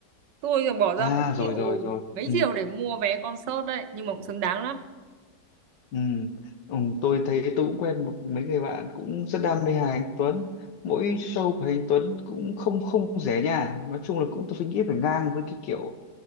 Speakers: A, on the right (about 80°); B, on the left (about 75°).
A: tôi thì bỏ ra
B: à
A: mấy
B: rồi
A: triệu
B: rồi rồi
A: mấy
B: ừ.
A: triệu để mua vé concert đấy nhưng mà cũng xứng đáng lắm
B: Ừ. Ừ. tôi thấy tôi cũng quen một mấy người bạn cũng rất đam mê Hà Anh Tuấn mỗi show của Hà Anh Tuấn cũng không không rẻ nha nói chung là cũng tôi nghĩ phải ngang với cái kiểu